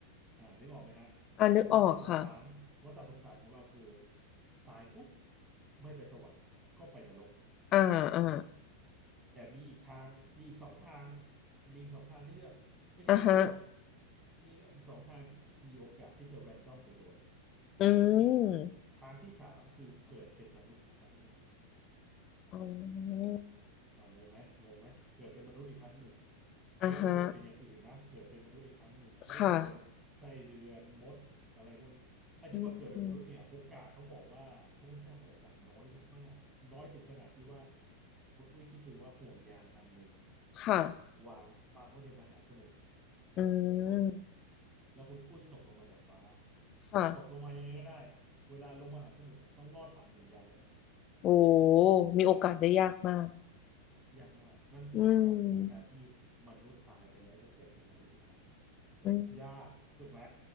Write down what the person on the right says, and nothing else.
อ่านึกออกไหมฮะ
วัฏฏะสงสาร วัฏฏะสงสารของเราคือตายปุ๊บไม่ไปสวรรค์ก็ไปนรก
แต่มีอีกทางมีอีกสองทางมีอีกสองทางให้เลือกไม่ใช่ให้เลือกหรอก
มีอีกสองทางที่มีโอกาสที่จะแรนดอมไปโดน
อีก
ทางที่สามคือเกิดเป็นมนุษย์อีกครั้งหนึ่ง
อ่างงไหมงงไหมเกิดเป็นมนุษย์อีกครั้งหนึ่ง
ไม่ได้เกิดเป็นอย่างอื่นนะเกิดเป็นมนุษย์อีกครั้งหนึ่งไม่ได้เกิดเป็นไส้เดือนมดอะไรพวกนี้ไอ้ที่ว่าเกิดเป็นมนุษย์เนี่ยโอกาสเขาบอกว่าพระพุทธเจ้าบอกโอกาสน้อยมากๆน้อยถึงขนาดที่ว่า
คุณอุ้ยคิดดูว่าห่วงยางอันหนึ่ง
วางวางไว้ในมหาสมุทร
แล้วคุณอุ้ยตกลงมาจากฟ้า
ตกลงมายังไงก็ได้เวลาลงมหาสมุทรอะต้องลอดผ่านห่วงยางนั้นนะ
ยากมากนั่นคือโอกาสของการที่
มนุษย์ตายไปแล้วจะเกิดเป็นมนุษย์อีกครั้งหนึ่ง
ยากถูกไหม